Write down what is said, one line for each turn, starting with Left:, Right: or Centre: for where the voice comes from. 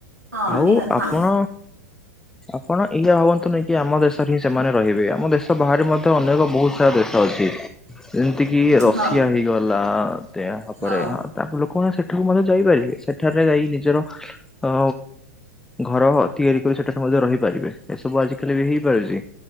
Right: ହଁ
Centre: ଆଉ
Right: ନିହାତି
Centre: ଆପଣ।
Right: ହଁ
Centre: ଆପଣ ଏଆ ଭାବଅନ୍ତୁନିଁ କି ଆମ ଦେଶରେ ହିଁ ସେମାନେ ରହିବେ ଆମ ଦେଶ ବାହାରେ ମଧ୍ୟ ଅନେକ ବୋହୁତ ସାରା ଦେଶ ଅଛି ଯେମିତି କିି ରଷିଆ
Right: ହଁ
Centre: ହେଇଗଲା। <unintelligible>
Right: ହଁ
Centre: ତା ଲୋକମାନେ ସେଠାକୁ ମଧ୍ୟ ଯାଇପାରିବେ ସେଠାରେ ଯାଇ ନିଜର ଅ ଘର ତିଆରି କରି ସେଠାରୁ ମଧ୍ୟ ରହିପାରିବେ ଏସବୁ ଆଜିିକାଲି ବି ହେଇପାରୁଚି।